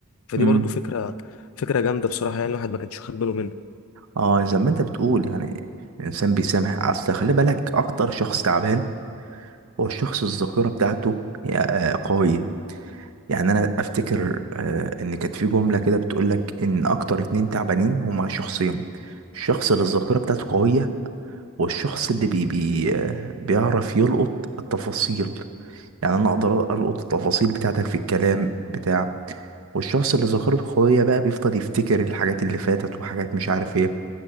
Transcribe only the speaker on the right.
مم.
اه زي ما انت بتقول يعني الانسان بيسامح اصل خلي بالك اكتر شخص تعبان هو الشخص الذاكرة بتاعته هي آه، قوية يعني انا افتكر آه، ان كانت في جمله كده بتقول لك ان اكتر اتنين تعبانين هما شخصين الشخص اللي الذاكره بتاعته قويه والشخص اللي بي بي آه، بيعرف يلقط التفاصيل يعني انا اقدر القط التفاصيل بتاعتك في الكلام بتاع والشخص اللي ذاكرته قويه بقى بيفضل يفتكر الحاجات اللي فاتت وحاجات مش عارف ايه